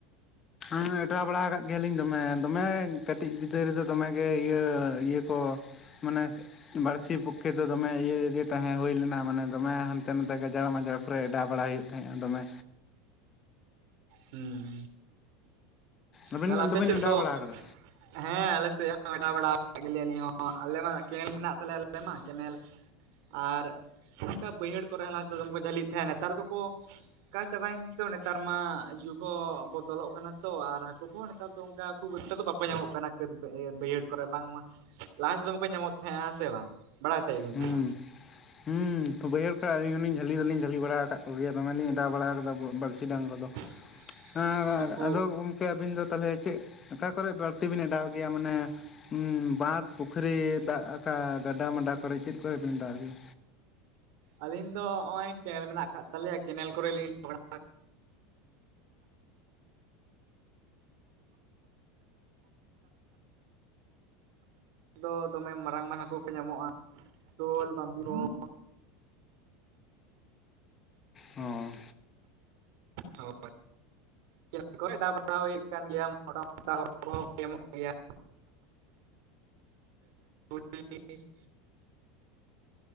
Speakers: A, on the left; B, on the right.
A: ᱦᱮᱸ ᱮᱰᱟᱣ ᱵᱟᱲᱟ ᱠᱟᱫ ᱜᱮᱭᱟᱞᱤᱧ ᱫᱚᱢᱮ ᱫᱚᱢᱮ ᱠᱟᱹᱴᱤᱡ ᱜᱤᱫᱟᱹ ᱨᱮᱫᱚ ᱫᱚᱢᱮᱜᱮ ᱤᱭᱟᱹ ᱤᱭᱟᱹ ᱠᱚ ᱢᱟᱱᱮ ᱵᱟᱹᱲᱥᱤ ᱯᱚᱠᱠᱷᱮ ᱫᱚ ᱫᱚᱢᱮ ᱤᱭᱮ ᱛᱟᱦᱮᱸ ᱦᱩᱭ ᱞᱮᱱᱟ ᱢᱟᱱᱮ ᱫᱚᱢᱮ ᱦᱟᱸᱱᱛᱮ ᱱᱟᱛᱮ ᱜᱟᱡᱟᱲᱼᱡᱟᱲ ᱠᱚᱨᱮ ᱮᱰᱟᱣ ᱵᱟᱲᱟᱟᱭ ᱦᱩᱭᱩᱜ ᱛᱟᱦᱮᱸᱫᱼᱟ ᱫᱚᱢᱮ
B: ᱦᱩᱸ
A: ᱟᱹᱵᱤᱱ
B: ᱛᱟᱦᱚᱞᱮ ᱟᱯᱮ
A: ᱫᱚᱵᱤᱱ
B: ᱥᱮᱫ
A: ᱮᱰᱟᱣ
B: ᱫᱚ
A: ᱵᱟᱲᱟ ᱟᱠᱟᱫᱟ
B: ᱦᱮᱸ ᱟᱞᱮ ᱥᱮᱫ ᱦᱚᱸ ᱮᱰᱟᱣ ᱵᱟᱲᱟ ᱠᱟᱜ ᱜᱮᱭᱟᱞᱤᱧ ᱦᱚᱸ ᱟᱞᱮ ᱢᱟ ᱠᱮᱱᱮᱞ ᱢᱮᱱᱟᱜ ᱛᱟᱞᱮᱭᱟ ᱟᱞᱮ ᱢᱟ ᱠᱮᱱᱮᱞ ᱟᱨ ᱚᱱᱠᱟ ᱵᱟᱹᱭᱦᱟᱹᱲ ᱠᱚᱨᱮ ᱞᱟᱦᱟ ᱛᱮᱫᱚ ᱫᱚᱢᱮ ᱠᱚ ᱡᱷᱟᱹᱞᱤᱜ ᱛᱟᱦᱮᱸᱜ ᱱᱮᱛᱟᱨ ᱫᱚᱠᱚ ᱚᱠᱟ ᱪᱟᱵᱟᱭᱮᱱ ᱛᱚ ᱱᱮᱛᱟᱨ ᱢᱟ ᱡᱩᱜ ᱦᱚᱸ ᱵᱚᱫᱚᱞᱚᱜ ᱠᱟᱱᱟ ᱛᱚ ᱟᱨ ᱦᱟᱹᱠᱩ ᱠᱚᱦᱚᱸ ᱱᱮᱛᱟᱨ ᱫᱚ ᱚᱝᱠᱟ ᱠᱷᱩᱵ ᱮᱠᱴᱟ ᱫᱚ ᱵᱟᱠᱚ ᱧᱟᱢᱚᱜ ᱠᱟᱱᱟ᱾ ᱠᱷᱟᱹᱫᱽ ᱵᱟᱹᱭᱦᱟᱹᱲ ᱠᱚᱨᱮ ᱵᱟᱝᱢᱟ ᱞᱟᱦᱟ ᱛᱮᱫᱚ ᱢᱟᱠᱚ ᱧᱟᱢᱚᱜ ᱛᱟᱦᱮᱸᱜᱼᱟᱸ ᱥᱮ ᱵᱟᱝ ᱵᱟᱲᱟᱭ ᱛᱟᱦᱮᱸᱫ ᱵᱤᱱ
A: ᱦᱩᱸ
B: ᱥᱮ ᱵᱟᱝ?
A: ᱦᱩᱸ ᱵᱟᱹᱭᱦᱟᱹᱲ ᱠᱚᱨᱮᱜ ᱟᱹᱞᱤᱧᱞᱤᱧ ᱦᱩᱞᱤᱧ ᱡᱷᱟᱹᱞᱤ ᱫᱚᱞᱤᱧ ᱡᱷᱟᱹᱞᱤ ᱵᱟᱲᱟ ᱠᱟᱫ ᱠᱚ ᱜᱮᱭᱟ ᱫᱚᱢᱮᱞᱤᱧ ᱮᱰᱟᱣ ᱵᱟᱲᱟ ᱠᱟᱫᱟ ᱵᱟᱹᱲᱥᱤ ᱰᱟᱝ ᱠᱚᱫᱚ᱾
B: <inaudible>
A: ᱦᱮᱸ
B: ᱩᱱᱠᱩ
A: ᱟᱫᱚ ᱜᱚᱝ ᱠᱮ ᱟᱹᱵᱤᱱ ᱫᱚ ᱛᱟᱦᱚᱞᱮ ᱪᱮᱫ ᱚᱠᱟ ᱠᱚᱨᱮ ᱵᱟᱹᱲᱛᱤ ᱵᱤᱱ ᱚᱰᱟᱣ ᱜᱮᱭᱟ ᱢᱟᱱᱮ ᱵᱟᱸᱫᱽ ᱯᱩᱠᱷᱨᱤ ᱫᱟᱜ ᱟᱠᱟ ᱜᱟᱰᱟ ᱢᱟᱰᱟ ᱠᱚᱨᱮ ᱪᱮᱫ ᱠᱚᱨᱮ ᱵᱮᱤᱱ ᱚᱰᱟᱣ ᱜᱮᱭᱟ?
B: ᱟᱹᱞᱤᱧ ᱫᱚ ᱱᱚᱸᱜᱼᱚᱭ ᱠᱮᱱᱮᱞ ᱢᱮᱱᱟᱜ ᱠᱟᱫ ᱛᱟᱞᱮᱭᱟ ᱠᱮᱱᱮᱞ ᱠᱚᱨᱮ ᱞᱤᱧ <unintelligible> ᱫᱚ ᱫᱚᱢᱮ ᱢᱟᱨᱟᱝ ᱢᱟᱨᱟᱝ ᱦᱟᱹᱠᱩ ᱠᱚ ᱧᱟᱢᱚᱜᱼᱟ ᱥᱳᱞ <unintelligible>
A: ᱚ᱾
B: ᱦᱳᱭ᱾ ᱠᱮᱱᱮᱞ ᱠᱚᱨᱮ ᱮᱰᱟᱣ ᱵᱟᱲᱟ ᱦᱩᱭᱩᱜ ᱠᱟᱱ ᱜᱮᱭᱟ ᱢᱚᱴᱟ ᱢᱚᱴᱟ ᱦᱚᱲ ᱠᱚᱦᱚᱸ ᱠᱚ ᱧᱟᱢᱚᱜ ᱜᱮᱭᱟ <unintelligible> <inaudible>